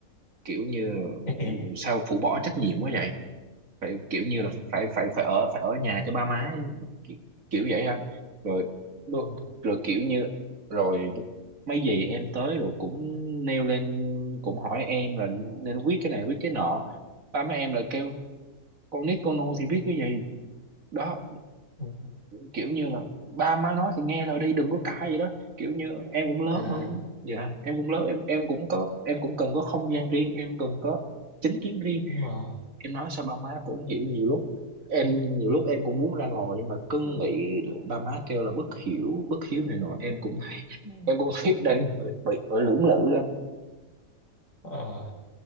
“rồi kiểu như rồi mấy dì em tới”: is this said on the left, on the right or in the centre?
Right